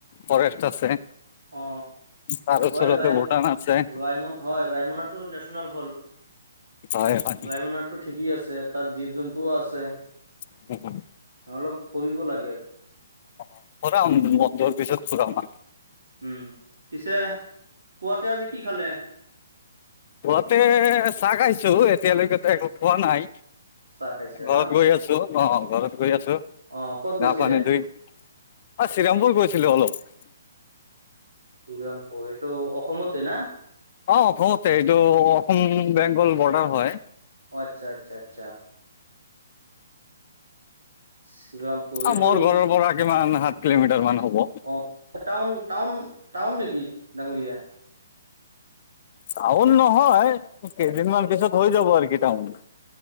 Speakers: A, on the left; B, on the right.
A: ফৰেষ্ট আছে।
B: অ
A: তাৰ ওচৰতে
B: হয় ভাই
A: ভূটান আছে।
B: ৰাইমন হয়, ৰাইমনৰটো নেচনেল হ'ল
A: হয় হয়
B: ৰাইমনত টো ঠিকেই আছে, তাত জীৱ-জন্তুও আছে।
A: <unintelligible>
B: অ'অলপ ফুৰিব লাগে।
A: অ' ফুৰাম বন্ধৰ পিছত ফুৰাম
B: উম, পিছে পুৱাতে আজি কি খালে?
A: পোৱাতে চাহ খাইছো, এতিয়ালৈকে। তে একো খোৱা নাই,
B: চাহ খাইছে
A: ঘৰত
B: ন?
A: গৈ আছো অ' ঘৰত গৈ আছো।
B: অ' ক'ত
A: গা
B: গৈছিলে?
A: পানী ধুই অ' শ্ৰীৰামপুৰ গৈছিলোঁ, অলপ।
B: <unintelligible> এইটো অসমতে না?
A: অ' অসমতে, এইটো অসম বেংগল বৰ্ডাৰ হয়।
B: অ'আচ্ছা, আচ্ছা, আচ্ছা। শ্ৰীৰামপুৰ এইটো
A: অ' মোৰ ঘৰৰ পৰা কিমান সাত কিলোমিটাৰ মান হ'ব।
B: অ' টাউন-টাউন-টাউন নেকি ডাঙৰীয়া?
A: টাউন নহয়, একেইদিনমান পিছত হৈ যাব আৰকি টাউন।